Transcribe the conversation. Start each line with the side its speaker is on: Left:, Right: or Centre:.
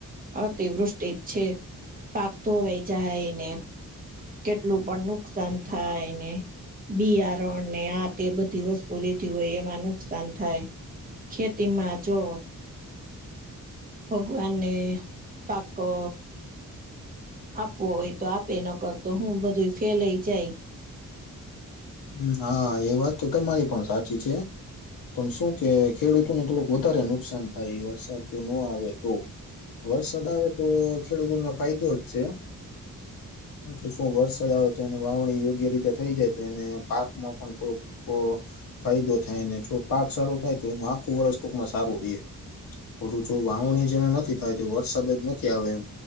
Right: અતિવૃષ્ટિ છે. પાક‌ધોવાય જાયને. કેટલું પણ નુકસાન થાયને. બિયારણ ને આ તે બધી વસ્તુ લીધી હોય એમાં નુકસાન થાય. ખેતી માં જો ભગવાન ને પાકો આપવો હોય તો આપે ન કરતો હું બધું ફેલેઈ જાય.
Left: હ હા એ વાત તો તમારી પણ સાચી છે. પણ શું કે ખેડૂતોને થોડુંક વધારે નુકસાન થાય, ઈ વરસાદ જો ન આવે તો. વરસાદ આવે તો ખેડૂતોને ફાયદો જ છે. કે શું વરસાદ આવે તો એની વાવણી યોગ્ય રીતે થઇ જાય તો એને્. પાકમાં પણ થોડુંક પો ફાયદો થાય ને, જો પાક સારો થાય તો એનું આખું વર્ષ ટૂંકમાં સારું રે. ઓલું જો વાવણી જેને નથી થાય તે વરસાદજ નથી આવે એમ